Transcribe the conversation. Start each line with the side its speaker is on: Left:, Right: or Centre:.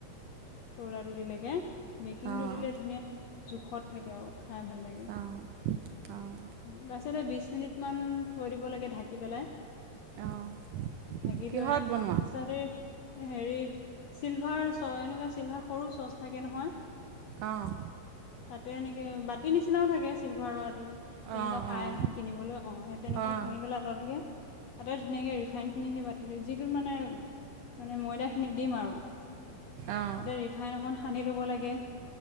Left: চ'ডাটো দিলে। <inaudible> বেকিংটো
Right: অঁ
Left: দিলে ধুনীয়া, জোখত কেও খাই ভাল লাগে,
Right: অঁ অঁ অঁ
Left: তাৰপিছতে বিছ মিনিটমান থৈ থৈ দিব লাগে ঢাকি পেলাই।
Right: অঁ
Left: ঢাকি
Right: কিহত
Left: থৈ,
Right: বনোৱা
Left: তাৰপিছত এই এ হেৰি চিলভাৰ চ-এনেকুৱা চিলভাৰ সৰু চচ থাকে নহয়।
Right: অঁ
Left: তাতে এনেকে বাতি নিচিনাও থাকে চিলভাৰৰ আজি, তেনেকুৱা
Right: অঁ
Left: পাই
Right: অঁ
Left: নহয় কিনিবলৈ, অ' সেই তেনেকুৱা
Right: অঁ
Left: কিনি পেলাই ল'লে কে তাতে ধুনীয়াকে ৰিফাইনখিনি সেই বাতিটোত, যিটোত মানে, ময়দাখিনি দিম আৰু,
Right: অঁ
Left: তাতে ৰিফাইন অকণ সা সানি ল'ব লাগে